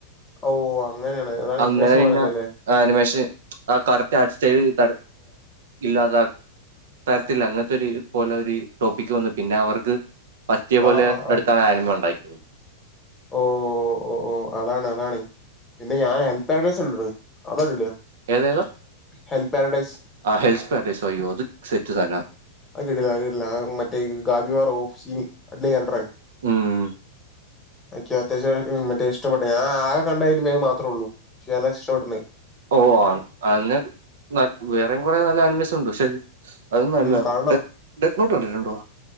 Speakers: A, on the left; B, on the right.
A: ഓ അങ്ങനെയാണ് അതാണ്
B: അങ്ങനെ
A: ഇൻവേഷൻ
B: പിന്നെ
A: വരാതതല്ലേ
B: ആനിമേഷൻ ആ കറക്റ്റ് ആ <unintelligible> ടിസ്റ്റയ് ഇല്ലാത തരത്തില്ല അങ്ങനത്തെ ഒരു പോലെ ഒരു ടോപ്പിക്ക് വന്ന് പിന്നെ അവർക്ക് പസ്റ്റിയ പോലെ
A: ആ ആ
B: എടുത്താണ്
A: ആ
B: ആനിമ ഒണ്ടാക്കിയത്.
A: ഓ ഓ ഓ ഓ അതാണ് അതാണ് പിന്നെ ഞാൻ ഹെൽപ്പെടെഴ്സ് ഉണ്ടട അതടി പൊളിയാ
B: ഏതേതാ
A: ഹെൽ പ്പാരഡൈസ്.
B: ആ ഹെൽത്ത് പാരഡൈസ് അയ്യോ അത് സെറ്റ് സാനാ
A: <unintelligible>
B: ഉം
A: എനിക്ക് അത്യാവശ്യം മറ്റേ ഇഷ്ടപ്പെട്ടേ ഞ ആകെ കണ്ട ഇനിമേമാത്രേള്ളൂ പക്ഷെ ഇഷ്ടപ്പെട്ടേക്കണ്
B: ഓ <unintelligible> അങ്ങനെ വേറെയും കുറെ നല്ല ആനിമൽസ് ഉണ്ട് പക്ഷെ അതൊന്നും അല്ല
A: ഉം കാണണം
B: ഡെ <unintelligible> ഡെപ്യൂട്ട് കണ്ടിട്ടുണ്ടോ